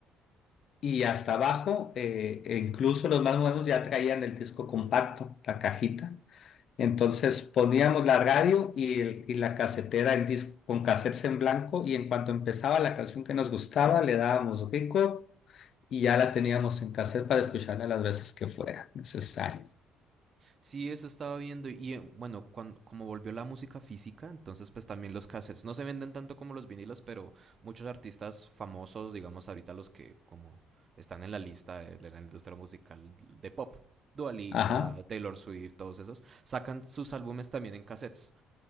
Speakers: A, on the left (about 55°); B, on the right (about 35°).
A: Y hasta abajo, eh, e incluso los más modernos ya traían el disco compacto, la cajita. Entonces poníamos la radio y, el- y la casetera en disco, con cassettes en blanco y en cuanto empezaba la canción que nos gustaba le dábamos record y ya la teníamos en cassette para escucharla las veces que fuera necesario.
B: Sí, eso estaba viendo y eh, bueno, cuando como volvió la música física, entonces pues también los cassettes no se venden tanto como los vinilos, pero muchos artistas famosos, digamos ahorita los que como están en la lista de, de la industria musical de pop, Dua Lipa,
A: Ajá,
B: Taylor Swift, todos esos, sacan sus álbumes también en cassettes.